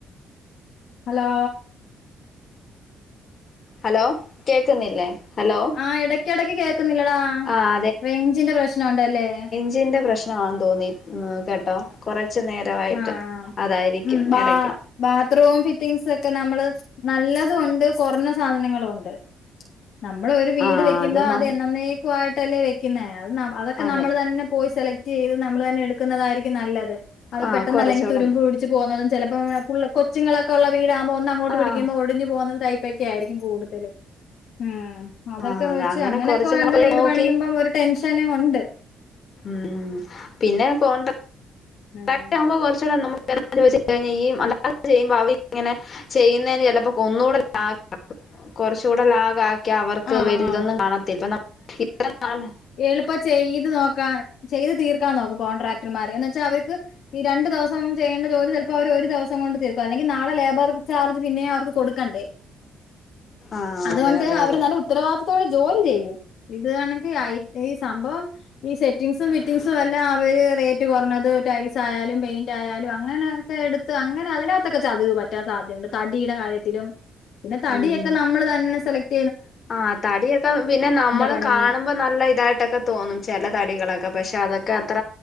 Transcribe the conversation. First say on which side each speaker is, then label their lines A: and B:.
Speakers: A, on the left; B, on the left.
A: ഹലോ
B: ഹലോ കേക്കുന്നില്ലേ ഹലോ
A: ആഹ ഇടക്കിടക്ക് കേൾക്കുന്നില്ലടാ
B: ആഹ്
A: റേഞ്ചിന്റെ പ്രശ്നണ്ടല്ലേ?
B: ഞ്ച്ന്റെ പ്രശ്നമാെന്ന് തോന്നി കേട്ടോ കുറച്ച നേരം യിട്ട്
A: ആഹ്
B: അതായിരിക്കും
A: ഉം ബാ
B: ഇടയ്ക്ക്
A: ബാത്റൂം ഫിറ്റിംഗസ് ഒക്കെ നമ്മള് നല്ലതും ഉണ്ട് കുറഞ്ഞ സാധനങ്ങളും ഉണ്ട് നമ്മള ഒരു വീട്
B: ആഹ്
A: വെക്കുമ്പോ
B: ന
A: അത് എന്നെന്ന്ക്കുയിട്ടല്ലേ വെക്കുന്നേ അത് അതൊക്കെ
B: അതെ
A: നമ്മൾ തന്നെ പോയി സെലക്ട് ചെയ്ത് നമ്മൾ തന്നെ എടുക്കുന്നതായിരിക്കും നല്ലത് അത്
B: ആഹ്
A: പെട്ടെന്ന്
B: കുറച്ചൂടെ
A: അല്ലങ്കിൽ തുരുമ്പ്ടി പോകത ചിലപ്പോ കൊച്ചങ്ങളൊക്കെള്ളീടകുമ്പോ ഒന്ന് അങ്ങോട്ട്
B: ആഹ്
A: പിടിക്കുമോ ഒഞ്ഞു പോകുന്നത് തൈ ക്ക ആയിരിക്കും കൂടുതൽ ഉം അതൊക്കെ
B: ആഹ് അത്
A: വെച്ച്
B: അങ്ങനെ
A: അങ്ങനെയൊക്കെ
B: കൊറച്ച്
A: വേണ്ട
B: നമ്മള്
A: വീട്
B: നോക്കി
A: പണിയുമ്പം ഒരു ടെൻഷന ഉണ്ട്
B: ഉം പിന്നെ കോണ്ട
A: ഉം
B: ക് ആവുമ്പോ കുറച്ചൂടെ നമുക്ക് ഇങ്ങനെ നു അല്ലാെ ചെയ്യുമ്പോ അവ ഇങ്ങനെ ചെയ്യുന്നതിന് ചിലപ്പോ കൊന്നുകൂടെ ലാ കുറച്ച കൂടെ ലാഗ ആഹ അവർക്ക്
A: ആഹ്
B: വലിയതൊന്നും
A: ആഹ്
B: കാണാത്തില്ല ഇപ്പ ഇത്ര നാള്
A: എളുപ്പ ചെയ്ത് നോക്കാ ചെയ്ത് തീർക്കാൻ നോക്കും കോൺട്രാക്ടർമാര് എന്നവെച്ച അവർക്ക് ഈ രണ്ട ദിവസണ്ട ജോലി ചിലപ്പോ അവര് ഒരു ദിവസം കൊണ്ട് തീർക്കും അല്ലെങ്കിൽ നാളെ ലേബർ ചാർജ് പിന്നെ അവർക്ക് കൊടുക്കു കണ്ട്
B: ആഹ്
A: അതുകണ്ട്
B: അതെ അതെ
A: അവര്
B: അതെ
A: നല്ല ഉത്തരവാദിത്തോടെ ജോലി ചെയ്യും ഇത് കണക്ക് ഈ സംഭവം ഈ സെറ്റിംഗസും ഫിറ്റിംഗസും എല്ലാം അവര് റേറ്റ് കുറഞ്ഞത് ടൈൽസ് ആയാലും പെയിന്റ് ആയാലും അങ്ങനെയൊക്കെ എടുത്ത് ത് അങ്ങനെ അതിനകത്തൊക്കെ ചതിവ് പറ്റാൻ സാധ്യതുണ്ട് തടിയുടെ കാര്യത്തിലും പിന്നെ തടിയൊക്കെ
B: ഉം ഉം
A: നമ്മൾ തന്നെ സെലക്
B: ആഹ് തടി യൊക്കെ പിന്നെ നമ്മള്
A: പണി
B: കാണുമ്പോ നല്ല ഇതായിട്ടൊക്കെ തോന്നും ചില തടികളൊക്കെ പക്ഷെ അതൊക്കെ അത്ര